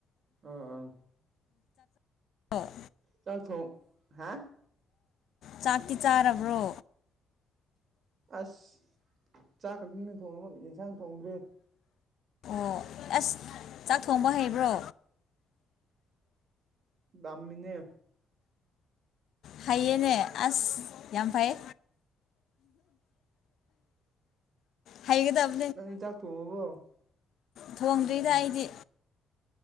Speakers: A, on the right (about 50°); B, on the left (about 70°).
A: ꯑꯥ ꯑꯥ
B: ꯑꯣ
A: ꯆꯥꯛ ꯊꯣꯡ ꯍꯥ
B: ꯆꯥꯛꯇꯤ ꯆꯥꯔꯕ꯭ꯔꯣ
A: ꯑꯁ ꯆꯥꯛ ꯈꯛꯇꯅ ꯊꯣꯡꯕ ꯌꯦꯟꯁꯥꯡ ꯊꯣꯡꯗ꯭ꯔꯤ
B: ꯑꯣ ꯑꯁ ꯆꯥꯛ ꯊꯣꯡꯕ ꯍꯩꯕ꯭ꯔꯣ
A: ꯇꯝꯃꯤꯅꯦ
B: ꯐꯩꯌꯦꯅꯦ ꯑꯁ ꯌꯥꯝ ꯐꯩ ꯍꯩꯏꯒꯗꯕꯅꯤ
A: ꯅꯪ ꯗꯤ ꯆꯥꯛ ꯊꯣꯡꯉꯕꯣ
B: ꯊꯣꯡꯗ꯭ꯔꯤꯗ
A: ꯎꯝ
B: ꯑꯩꯗꯤ